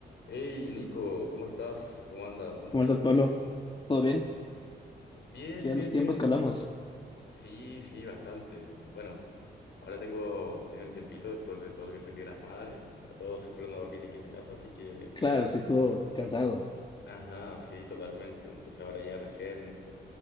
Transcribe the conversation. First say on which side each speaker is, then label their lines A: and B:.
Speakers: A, on the left (about 65°); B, on the left (about 25°).
A: Hey Nico, ¿cómo estás? ¿Cómo andas? ¿Tanto
B: ¿Cómo
A: tiempo?
B: estás, Pablo? ¿Todo bien?
A: Bien,
B: Sí, a
A: bien,
B: los tiempos
A: bien.
B: que hablamos.
A: Sí, sí, bastante. Bueno, ahora tengo, tenía un tiempito después de todo lo que fue el Día de las Madres. Ya todos se fueron a dormir aquí en la casa, así que...
B: Claro, sí estuvo cansado.
A: Ajá, sí, totalmente. Entonces ahora ya recién